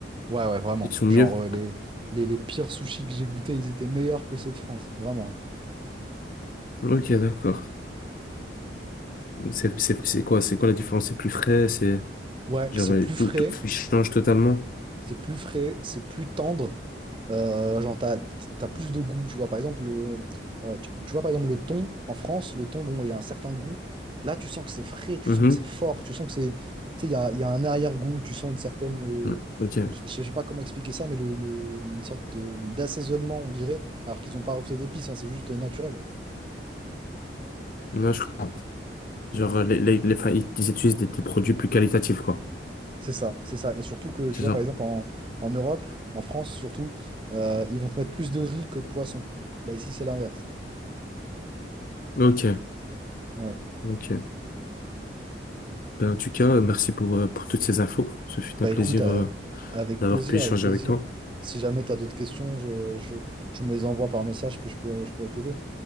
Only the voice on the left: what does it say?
ils sont mieux.
Ok, d'accord. Mais C'est, c'est, c'est quoi, c'est quoi la différence? C'est plus frais, c'est,
genre,
euh,
tout,
tout change totalement.
Mhm.
Mm. Ok.
Là, je comprends. Genre, euh, les, les, les, enfin, ils ils utilisent des, des produits plus qualitatifs, quoi.
C'est
ça.
Ok,
ok. Ben, en tout cas, euh, merci pour, euh, pour toutes ces infos. Ce fut
un plaisir
euh,
d'avoir
pu échanger
avec toi.